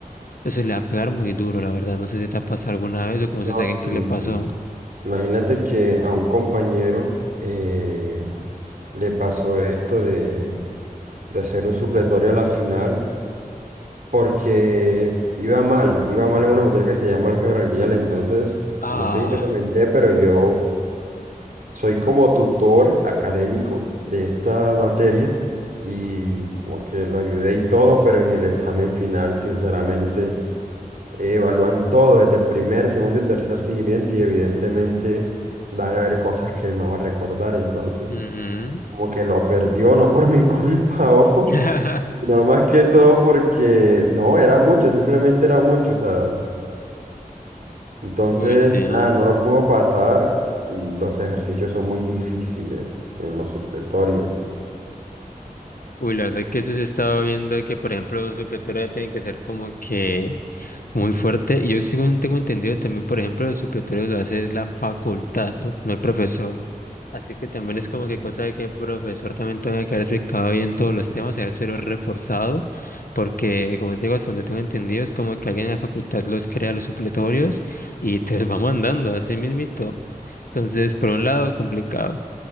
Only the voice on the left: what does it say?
eso le va a pegar muy duro, la verdad. No sé si te ha pasado alguna vez o conoces
a alguien
que le
pasó.
Ah,
ujú.
<laughs>
Uy, sí.
Uy, la verdad que eso se estaba viendo de que, por ejemplo, un supletorio ya tiene que ser como que muy fuerte. Y yo según tengo entendido también, por ejemplo, el supletorio lo hace es la facultad, no, no el profesor. Así que también es como que cosa de que el profesor también tenga que haber explicado bien todos los temas, habérselo reforzado, porque como te digo, hasta donde tengo entendido, es como que alguien en la facultad los crea los supletorios y te los va mandando así mismito. Entonces, por un lado, complicado.